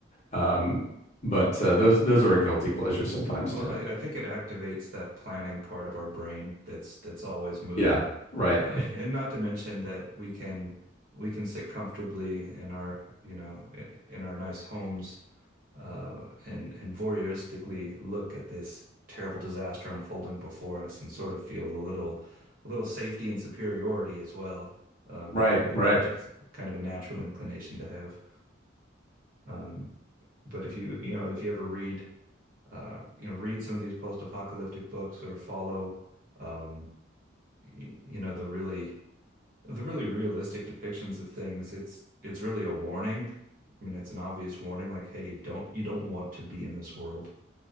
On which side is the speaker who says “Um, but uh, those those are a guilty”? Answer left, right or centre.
Left